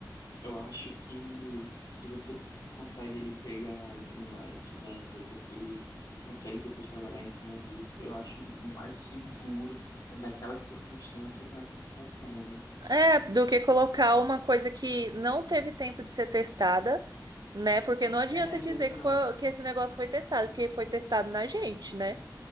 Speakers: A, on the left; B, on the right.
A: Eu acho que se você consegue ele pegar e tudo mais, né? Seu corpo ele consegue depois trabalhar em cima disso, eu acho mais seguro naquela circunstância com essa situação, né?
B: É, do que colocar uma coisa que não teve tempo de ser testada, né? Porque não adianta
A: É,
B: dizer
A: exato.
B: que foi, que esse negócio foi testado, porque foi testado na gente, né?